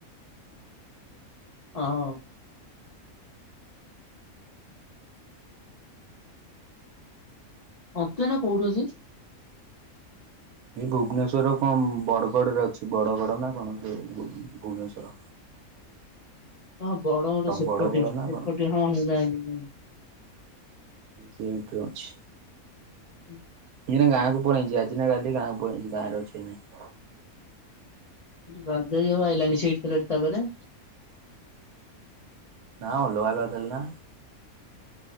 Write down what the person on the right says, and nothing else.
ଏଇ ଭୁବନେଶ୍ଵର କଣ ବଡଗଡରେ ଅଛି, ବଡଗଡ ନା କଣ ସେ ଭୁ ଭୁବନେଶ୍ଵର।
ବଡ଼ଗଡ଼
ନା କଣ
ସେଇଠ ଅଛି।
ଏଇନା ଗାଁକୁ ପଳେଇଆଇଚି ଆଜି ନା କାଲି ଗାଁକୁ ପଳେଇଛି ଗାଁରେ ଅଛି ଅଇନାକେ।
ନା ଅଲଗା ଅଲଗା ଥିଲେ ନା।